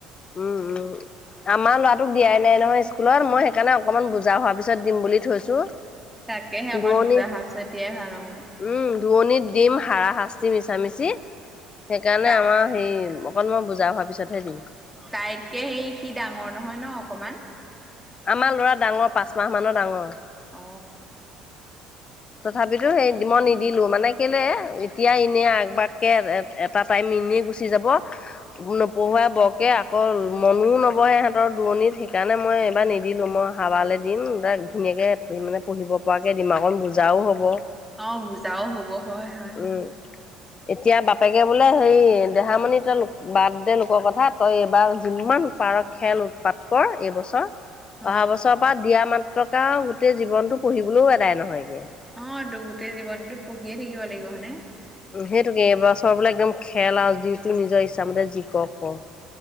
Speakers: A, on the left (about 35°); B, in the centre.
A: উম, উম, আমাৰ ল'ৰাটোক দিয়াই নাই নহয় স্কুলত মই সেইকাৰণে অকণমান বুজা হোৱা পিছত দিম বুলি থৈছো।
B: তাকেহে অকণ
A: ধনিৰ,
B: বুজা সাপচাৰ দিয়াই ভাল অ।
A: উম ধনিৰ দিম হাৰা-শাস্তি মিছা-মিচি। সেইকাৰণে
B: তাই
A: আমাৰ হেৰি অকণমান বুজা হোৱাৰ পিছতহে দিম।
B: তাইতকে সেই সি ডাঙৰ নহয় নহ অকমান।
A: আমাৰ ল'ৰা ডাঙৰ, পাঁচ মাহ মানৰ ডাঙৰ।
B: অ।
A: তথাপিতো সেই দিব নিদিলো মানে কেলে এতিয়া এনে আগবাগ কে এটা টাইম এনেই গুচি যাব নপহুৱাই বৰকে অকল মনো নবহে ইহঁতৰ দূৰণিত সেইকাৰণে মই এইবাৰ নিদিলোঁ মই অহাৱালৈ দিম তাক ধুনীয়াকে সেই মানে পঢ়িব পৰাকে দিমাগত বুজাও হব।
B: অ বুজাও হ'ব হয় হয়।
A: উম, এতিয়া বাপেকে বোলে হেৰি দেহামণি তই লো বাৰ্থডে লোকৰ কথা তই এইবাৰ যিমান পাৰ খেল উৎপাত কৰ এইবছৰ
B: অ
A: অহা বছৰৰ পৰা দিয়া মা টকা গোটেই জীৱনতটো পঢ়িবলৈও আদায় নহয়গে।
B: অ', টো গোটেই জীৱনটো পঢ়িয়ে থাকিব লাগিব হয়নে।
A: উম, সেইটোকে এইবছৰ বোলে একদম খেল আৰু যিটো নিজৰ ইচ্ছামতে জি ক'ৰ কৰ।